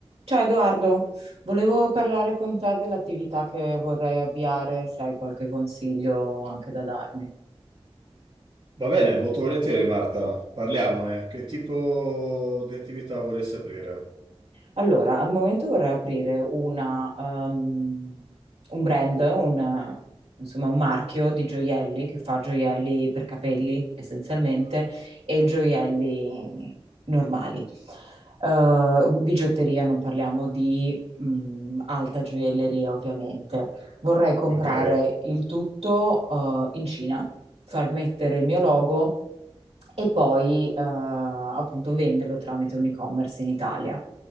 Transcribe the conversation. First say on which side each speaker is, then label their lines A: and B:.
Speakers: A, on the right (about 70°); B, on the right (about 50°).
A: Ciao Edoardo, volevo parlare con te dell'attività che vorrei avviare, se hai qualche consiglio anche da darmi.
B: Va bene, molto volentieri Marta, parliamone. Che tipo di attività vorresti aprire?
A: Allora, al momento vorrei aprire una, ehm, un brand, un, insomma un marchio di gioielli che fa gioielli per capelli essenzialmente e gioielli normali. Eh, bigiotteria, non parliamo di, mh, alta gioielleria ovviamente. vorrei comprare
B: Ok.
A: il tutto eh, in Cina, far mettere il mio logo e poi eh, appunto venderlo tramite un e-commerce in Italia.